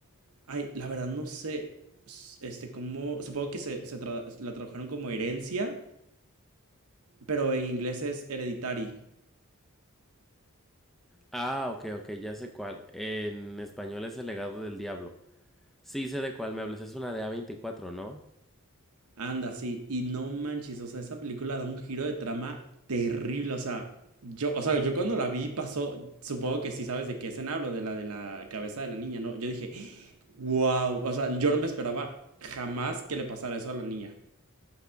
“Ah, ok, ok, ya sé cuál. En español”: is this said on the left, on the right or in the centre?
Centre